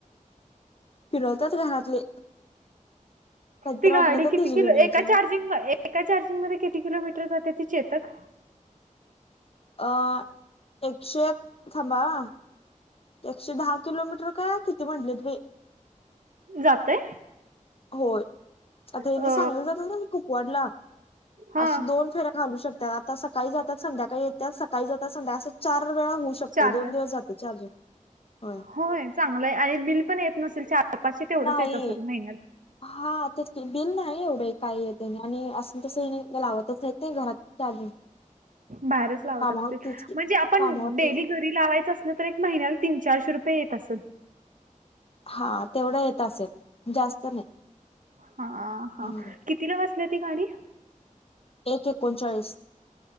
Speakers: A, on the left (about 45°); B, on the right (about 75°).
A: फिरवतात घरातले काहीतर
B: ती गाडी
A: वाटलं तर
B: किती
A: तिची
B: किलो
A: घेऊन यायची
B: एका चार एका चार्जिंग मध्ये किती किलोमीटर जाते ती चेतक?
A: अ एकशे एक थांबा अ एकशे दहा किलोमीटर का किती म्हटलीत बाई
B: जातय
A: होय आता हेनी
B: अ
A: सांगली ला जात्यात कुपवाडला
B: हा
A: असे दोन फेऱ्या घालू शकतात आता सकाळी जातात संध्याकाळी येतात सकाळी जातात संध्याकां चार वेळा होऊ शक
B: चार
A: दोन
B: वेळा
A: दिवस जातय चार्जर होय
B: होय चांगलंय आणि बिल पण येत नसेल चार पाचशे तेवढंच
A: नाही.
B: येत असेल महिन्याला
A: हा तेच की बिल नाही एवढं काही येत नाही आणि असून तसं लावतच नाही घरात चार्जिंग <inaudible>
B: बाहेरच लावत
A: कामावर
B: असतील
A: तेच की
B: म्हणजे आपण
A: कामावर
B: डेली
A: तेच
B: घरी घरी लावायचं असल तर एक महिन्याला तीन चारशे रुपये येत असल
A: हा तेवढं येत असेल जास्त नाही.
B: हा हा.
A: हम्म
B: कितीला बसली ती गाडी?
A: एक एकोणचाळीस.